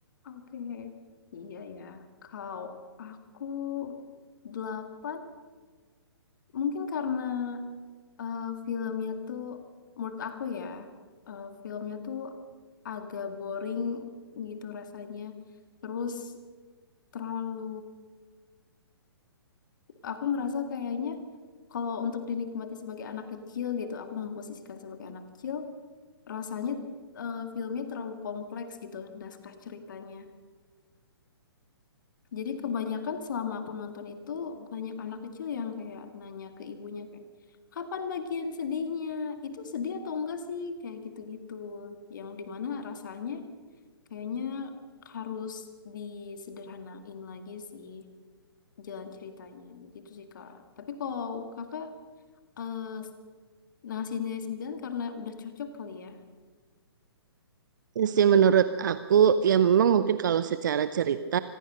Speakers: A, on the left; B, on the right.
A: Oke, iya ya. Kalau aku delapan, mungkin karena eh, filmnya tuh, menurut aku ya, eh, filmnya tuh agak boring gitu rasanya. Terus terlalu, aku ngerasa kayaknya kalau untuk dinikmati sebagai anak kecil gitu, aku memposisikan sebagai anak kecil, rasanya eh, filmnya terlalu kompleks gitu, naskah ceritanya. Jadi kebanyakan selama aku nonton itu banyak anak kecil yang kayak nanya ke ibunya kayak kapan bagian sedihnya? Itu sedih atau enggak sih? Kayak gitu-gitu. Yang dimana rasanya kayaknya harus disederhanain lagi sih jalan ceritanya gitu sih Kak. Tapi kalau Kakak eh, ngasih nilai 9 karena udah cocok kali ya.
B: Ya sih menurut aku, ya memang mungkin kalau secara cerita,